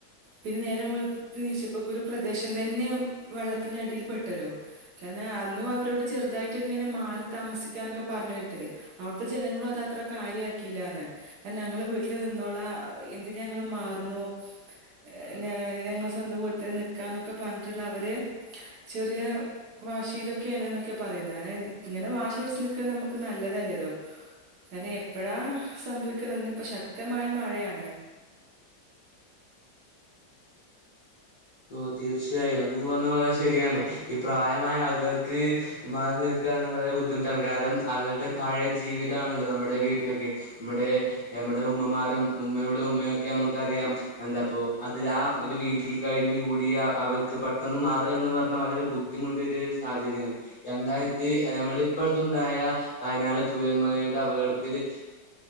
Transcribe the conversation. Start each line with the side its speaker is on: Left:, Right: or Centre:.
Right: പിന്നെ നേരം വെളുത്ത് നീച്ചപ്പക്കു ഒരു പ്രദേശം തന്നെ വെള്ളത്തിന്റെ അടിയിൽ പെട്ടല്ലോ. കാരണം അന്നും അവരോട് ചെറുതായിട്ടൊക്കെ ഇങ്ങനെ മാറി താമസിക്കാനൊക്കെ പറഞ്ഞ് ഒരോര്ത്തര് അവിടുത്തെ ജനങ്ങളും അത് അത്ര കാര്യാക്കിയില്ലാന്ന് ആഹ് നങ്ങള് വീട്ടിൽ നിന്നോളാ എന്തിന് ഞങ്ങള് മാറ്ണു ഏഹ് ഞ ഞങ്ങൾ സ്വന്തം വീട്ടില് നിക്കാന്നൊക്കെ പറഞ്ഞിട്ടുള്ള അവര് ചെറിയ വാശിയിലൊക്കേണ് ന്നൊക്കെ പറയുന്നത് ങ്ങനെ. ഇങ്ങനെ വാശി പിടിച്ച് നിക്ക നമുക്ക് നല്ലതല്ലല്ലോ. കാരണം എപ്പഴാ സംഭവിക്കാന്നാ ഇന്ന് ഇപ്പൊ ശക്തമായ മഴയാണ്.
Left: ഓഹ് തീർച്ചയായും അത് നിങ്ങള് പറഞ്ഞ വളരെ ശരിയാണ്. ഈ പ്രായമായ ആൾകൾക്ക് മാറി നിൽക്കാന്ന് വളരെ ബുദ്ധിമുട്ടാണ് കാരണം അവരുടെ പഴയ ജീവിതാണല്ലോ നമ്മുടെ വീട്ടിലൊക്കെ മ്മുടെ നമ്മടെ ഉമ്മമാരും ഉമ്മയുടെ ഉമ്മയും ഒക്കെ നമ്മുക്ക് അറിയാം എന്താപ്പോ അതിലാ ഒരു വീട്ടിൽ കഴിഞ്ഞ് കൂടിയ അവർക്ക് പെട്ടെന്ന് മാറുക എന്ന് പറഞ്ഞാൽ വളരെ ബുദ്ധിമുട്ട് ഏറിയ ഒരു സാഹചര്യാണ്. രണ്ടായിരത്തി നമ്മുടെ ഇപ്പടുത്ത് ഉണ്ടായ വയനാട് ചൂരൽ മലയുടെ അപകടത്തില്